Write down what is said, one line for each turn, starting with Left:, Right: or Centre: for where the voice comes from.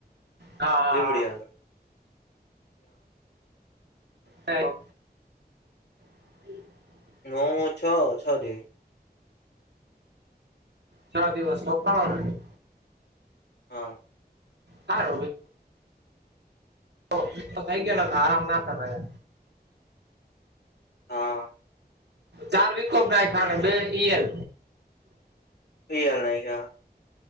Right: હા હા
Left: લીબડી આગળ
Right: હા હમ <inaudible>
Left: છ છરી
Right: ચાર દિવસ લોકો પણણ
Left: હા
Right: હાર તો તો થઈ ગયો ને તો આરામ ના કરાય
Left: હા
Right: ચાર વિકકોપ ના ખાણે બે ઈ એલ
Left: થઈ ગાલ નાહી હા